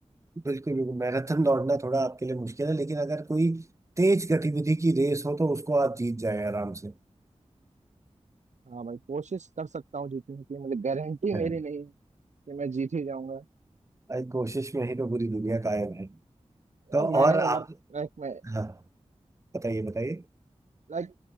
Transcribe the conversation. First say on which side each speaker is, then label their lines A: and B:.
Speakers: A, on the right (about 25°); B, on the right (about 80°).
A: बिल्कुल बिल्कुल मैराथन दौड़ना थोड़ा आपके लिए मुश्किल है लेकिन अगर कोई तेज गतिविधि की रेस हो तो उसको आप जीत जाए आराम से
B: हाँ भाई कोशिश कर सकता हूँ जीतने की मुझे गारंटी
A: हाँ
B: मेरी नहीं है कि मैं जीत ही जाऊंगा
A: आई कोशिश में ही तो पूरी दुनिया कायम है
B: यार
A: तो
B: मैंने
A: और आप
B: यार लाइक मैं
A: हाँ बताइए बताइए
B: लाइक